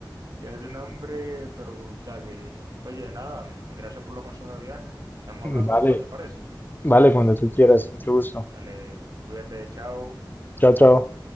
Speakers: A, on the right; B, on the left.
A: Ya es un hambre, pero brutal, viejito. Oye, nada, gracias por los consejos de viaje. Estamos
B: Vale,
A: hablando después, ¿te parece?
B: vale, cuando tú quieras. Mucho gusto.
A: Dale, cuídate, chao.
B: Chao, chao.